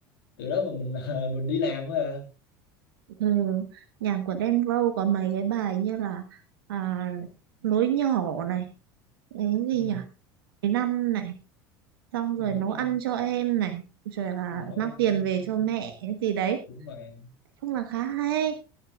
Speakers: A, on the left; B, on the right.
A: từ đó mà mình <laughs> mình đi làm thôi à
B: Ừ, nhạc của Đen Vâu có mấy cái bài như là à, lối nhỏ này, cái gì
A: ừ,
B: nhỉ? Cái năm này, xong
A: ừ,
B: rồi
A: đúng
B: nấu
A: rồi
B: ăn
A: nè
B: cho em này, rồi là
A: ừ, nấu
B: mang
A: ăn
B: tiền
A: em
B: về
A: thì
B: cho mẹ cái gì đấy.
A: đúng rồi
B: Nói chung là khá hay,